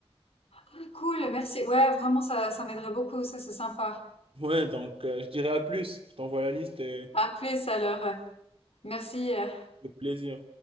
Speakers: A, on the left; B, on the right.
A: Ah, Cool, merci. Ouais, vraiment, ça, ça m'aiderait beaucoup, ça, c'est sympa.
B: Ouais, donc euh, je dirais à plus. Je t'envoie la liste et
A: À plus alors. Merci. euh,
B: avec plaisir.